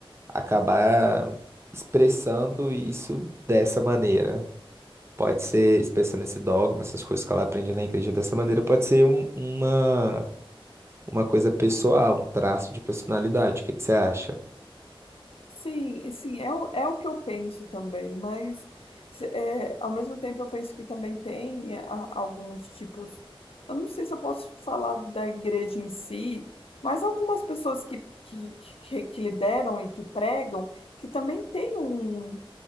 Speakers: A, on the right; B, on the left.
A: acabar expressando isso dessa maneira. Pode ser expressando esse dogma, essas coisas que ela aprende na igreja dessa maneira, pode ser um- uma, uma coisa pessoal, um traço de personalidade. O que que você acha?
B: Sim, e sim, é, o- é o que eu penso também, mas se- é, ao mesmo tempo eu penso que também tem a- alguns tipos. Eu não sei se eu posso falar da igreja em si, mas algumas pessoas que, que, que, que lideram e que pregam, que também têm um.